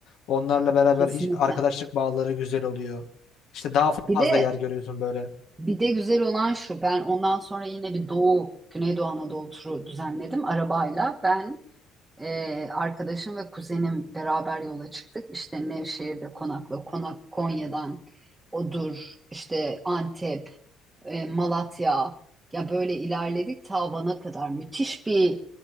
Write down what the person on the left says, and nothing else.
Onlarla beraber
iş, arkadaşlık bağları güzel oluyor. İşte daha
fazla
yer görüyorsun böyle.